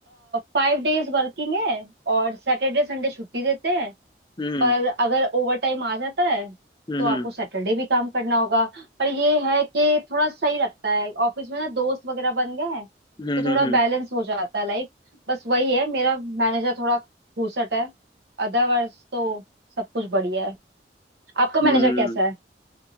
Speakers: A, on the right; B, on the left.
A: फाइव डेज वर्किंग है और सैटरडे संडे छुट्टी देते हैं
B: हम्म
A: पर अगर ओवर टाइम आ जाता है
B: हम्म
A: तो आपको
B: हम्म
A: सैटरडे भी काम करना होगा पर ये है कि थोड़ा सही लगता है ऑफिस में ना दोस्त वगैरह बन गए हैं
B: हम्म
A: तो थोड़ा
B: हम्म।
A: बैलेंस हो जाता है लाइफ बस वही है मेरा मैनेजर थोड़ा घूसट है अदरवाइज तो सब कुछ बढ़िया है आपका मैनेजर
B: हम्म,
A: कैसा
B: हम्म।
A: है